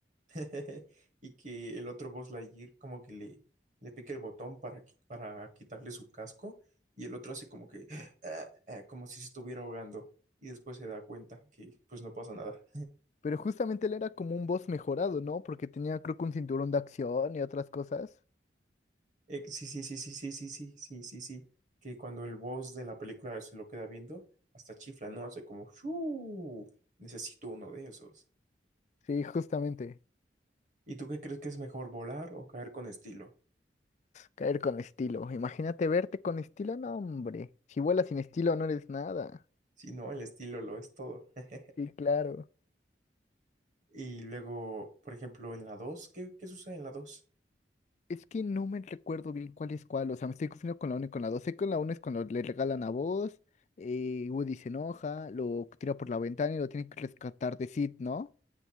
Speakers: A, on the right (about 45°); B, on the left (about 40°).
A: <laughs> Y que el otro Buzz Lightyear como que le, le pica el botón para, qui- para quitarle su casco y el otro hace como que, ah, ah, como si se estuviera ahogando y después se da cuenta que pues no pasa nada.
B: Pero justamente él era como un boss mejorado, ¿no? Porque tenía, creo que un cinturón de acción y otras cosas.
A: Eh, sí, sí, sí, sí, sí, sí, sí, sí, sí, sí. Que cuando el boss de la película se lo queda viendo, hasta chifla, ¿no? Hace como, ¡shuu! Necesito uno de esos.
B: Sí, justamente.
A: ¿Y tú qué crees que es mejor, volar o caer con estilo?
B: Caer con estilo. Imagínate verte con estilo, no, hombre. Si vuelas sin estilo, no eres nada.
A: Si no, el estilo lo es todo. <laughs>
B: Sí, claro.
A: Y luego, por ejemplo, en la dos ¿qué, qué sucede en la dos
B: Es que no me recuerdo bien cuál es cuál. O sea, me estoy confundiendo con la uno y con la dos Sé que con la uno es cuando le regalan a vos. Eh, Woody se enoja, lo tira por la ventana y lo tiene que rescatar de Sid, ¿no?